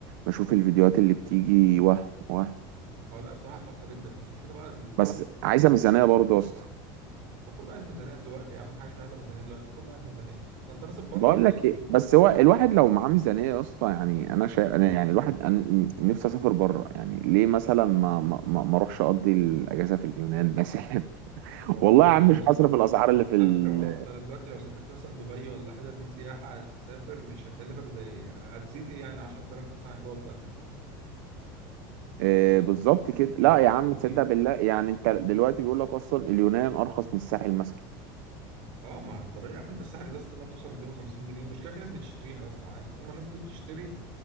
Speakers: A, on the right; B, on the right.
A: بشوف الفيديوهات اللي بتيجي وهم وهم
B: اه لا بصراحه تحفه جدا بس مشكلة بقى ال...
A: بس عايزه ميزانيه برضو يا اسطى
B: وكله عايز ميزانيه دلوقتي يا عم في حاجه مش عايزه ميزانيه دلوقتي كله عايز ميزانيه ده انت راس البر
A: بقول
B: غالي
A: لك ايه
B: انت بت-
A: بس هو الواحد لو معاه ميزانيه يا اسطى يعني انا شايف انا يعني الواحد أنا نفسي اسافر بره يعني ليه مثلا ما ما ما ما اروحش اقضي الاجازه في اليونان مثلا <laughs>
B: والله
A: والله يا عم
B: جامده
A: مش
B: جدا
A: هصرف الاسعار اللي في
B: على
A: ال...
B: فكرة اه انت دلوقتي لو سافرت مثلا دبي ولا حتت دي سياحة تسافر مش هتكلفك زي هتزيد ايه يعني 10000 مثلا عن جوه البلد
A: آه بالظبط كده
B: مش
A: لا
B: هتفرق
A: يا عم
B: كتير
A: تصدق بالله يعني انت دلوقتي بيقول لك اصلا اليونان ارخص من الساحل مثلا
B: اه ما انت بقى يا عم انت الساحل ازازة ما بتوصل 250 جنيه المشكلة في ناس بتشتريها يا اسطى عادي طول ما الناس دي بتشتري